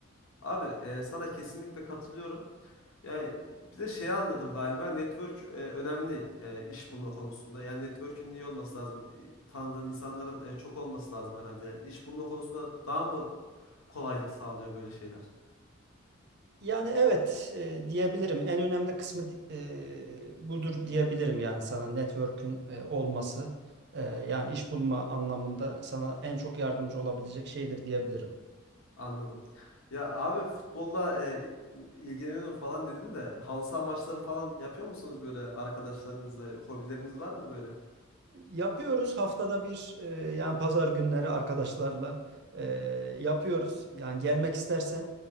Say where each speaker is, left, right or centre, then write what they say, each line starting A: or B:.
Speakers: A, on the left; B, on the right.
A: Abi e, sana kesinlikle katılıyorum. Ya e, bir de şeyi anladım galiba network e, önemli e, iş bulma konusunda. Yani network'ün iyi olması lazım. E, Tanıdığın insanların e, çok olması lazım herhalde. Yani iş bulma konusunda daha mı kolaylık sağlıyor böyle şeyler?
B: Yani evet e, diyebilirim. En önemli kısmı di- e, budur diyebilirim yani sana network'ün e, olması. E, yani iş bulma anlamında sana en çok yardımcı olabilecek şeydir diyebilirim.
A: Anladım. Ya abi futbolla e, ilgileniyorum falan dedin de halı saha maçları falan yapıyor musunuz böyle arkadaşlarınızla? Hobileriniz var mı böyle?
B: Yapıyoruz haftada bir e, yani pazar günleri arkadaşlarla e, yapıyoruz. Yani gelmek istersen